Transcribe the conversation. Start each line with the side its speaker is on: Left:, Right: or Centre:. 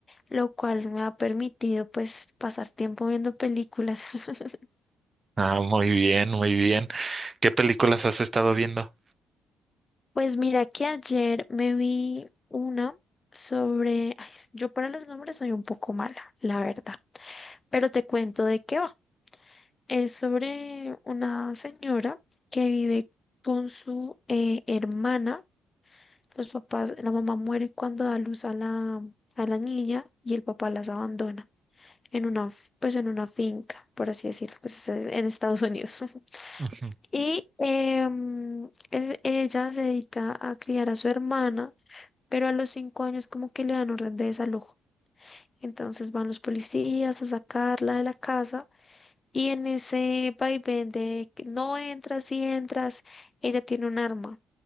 Left: lo cual me ha permitido pues pasar tiempo viendo películas. <laughs>
Right: Ah, muy bien, muy bien. ¿Qué películas has estado viendo?
Left: Pues mira que ayer me vi una sobre... ay, yo para los nombres soy un poco mala, la verdad, pero te cuento de qué va. Es sobre una señora que vive con su eh, hermana Los papás, la mamá muere cuando da luz a la, a la niña y el papá las abandona en una, f- pues en una finca, por así decirlo, pues es en en Estados Unidos. <laughs>
Right: Ujú.
Left: Y em, e- ella se dedica a criar a su hermana, pero a los cinco años como que le dan orden de desalojo. Entonces van los policías a sacarla de la casa y en ese vaivén de que no entras y entras, ella tiene un arma